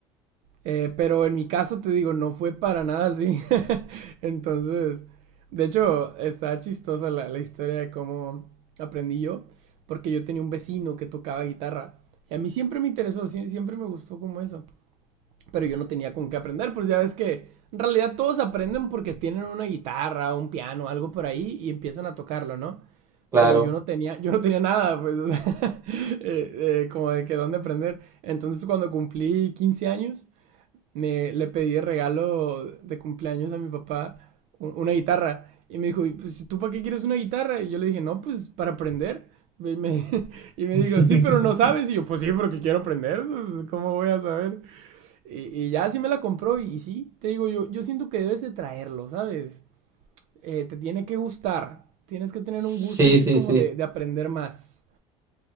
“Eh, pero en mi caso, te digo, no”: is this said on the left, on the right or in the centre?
Right